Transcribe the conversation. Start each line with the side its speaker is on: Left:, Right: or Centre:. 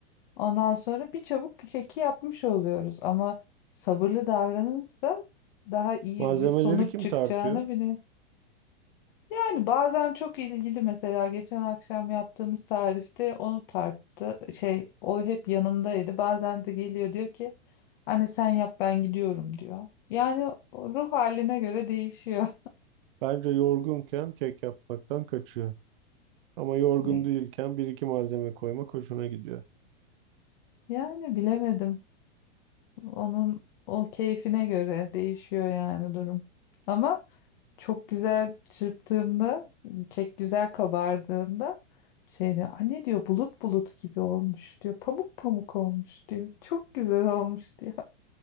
Left: Ondan sonra bir çabuk keki yapmış oluyoruz ama sabırlı davranırsa daha iyi
Right: Malzemeleri
Left: bir sonuç
Right: kim
Left: çıkacağını
Right: tartıyor?
Left: bile. Yani bazen çok ilgili mesela geçen akşam yaptığımız tarifte onu tarttı. Şey o hep yanımdaydı. Bazen de geliyor diyor ki anne sen yap ben gidiyorum diyor. Yani o ruh haline göre değişiyor.
Right: Bence yorgunken kek yapmaktan kaçıyor. Ama yorgun
Left: <laughs>
Right: değilken bir iki malzeme koymak hoşuna gidiyor.
Left: Yani bilemedim. Onun o keyfine göre değişiyor yani durum. Ama çok güzel çırptığımda kek güzel kabardığında şey diyor anne diyor bulut bulut gibi olmuş diyor pamuk pamuk olmuş diyor çok güzel olmuş diyor